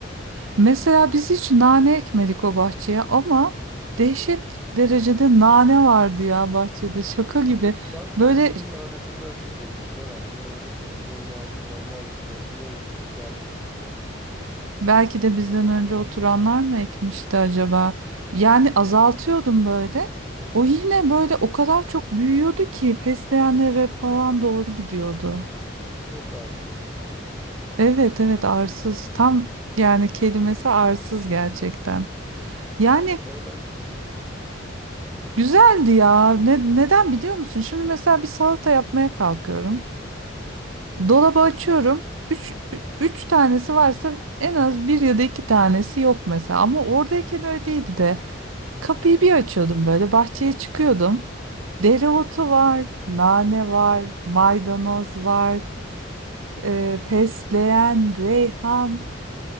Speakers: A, on the right (about 85°); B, in the centre.
A: Mesela biz hiç nane ekmedik o bahçeye ama dehşet derecede nane vardı ya bahçede. Şaka gibi.
B: Ben komşunun
A: Böyle
B: da şüpheliyim herhalde. O çitlerin altından mı altından bir yol bulup geldi bizim bahçeye.
A: Belki de bizden önce oturanlar mı ekmişti acaba? Yani azaltıyordum böyle. O yine böyle o kadar çok büyüyordu ki fesleğenlere falan doğru gidiyordu.
B: Çok arsızdı.
A: Evet evet arsız. Tam yani kelimesi arsız gerçekten. Yani
B: Ya eğlen
A: güzeldi ya. Ne, neden biliyor musun? Şimdi mesela bir salata yapmaya kalkıyorum. Dolabı açıyorum. Üç, ü- üç tanesi varsa en az bir ya da iki tanesi yok mesela. Ama oradayken öyle değildi. Kapıyı bir açıyordum böyle bahçeye çıkıyordum. Dereotu var, nane var, maydanoz var, e, fesleğen, reyhan.